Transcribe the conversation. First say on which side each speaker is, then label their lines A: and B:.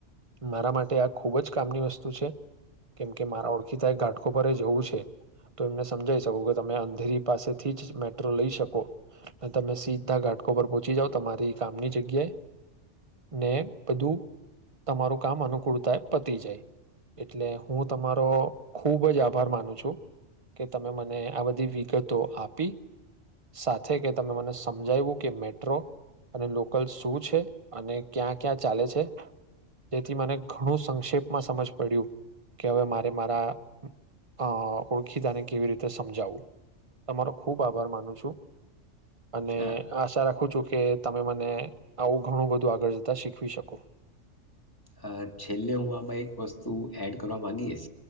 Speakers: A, on the right; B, on the left.
A: મારા માટે આ ખૂબ જ કામની વસ્તુ છે કેમ કે મારા ઓળખીતા એક ઘાટકો પર જવું છે તો એમને સમજાઈ શકો કે તમે અંધેરી પાસેથી જ મેટ્રો લઈ શકો અને તમે સીધા ઘાટકો પર પહોંચી જાવ તમારી કામની જગ્યાએ ને બધું તમારું કામ અનુકૂળ થાય પતી જાય એટલે હું તમારો ખૂબ જ આભાર માનું છું કે તમે મને આ બધી વિગતો આપી સાથે કે તમે મને સમજાવું કે મેટ્રો અને લોકલ શું છે અને ક્યાં ક્યાં ચાલે છે જેથી મને ઘણું સંક્ષેપમાં સમજ પડ્યું કે હવે મારે મારા અ ઓળખીતાને કેવી રીતે સમજાવવું તમારો ખૂબ આભાર માનું છું. અને
B: અ
A: આશા રાખું છું કે તમે મને આવું ઘણું બધું આગળ જતા શીખવી શકો.
B: અ છેલ્લે હું આમાં એક વસ્તુ એડ કરવા માંગીશ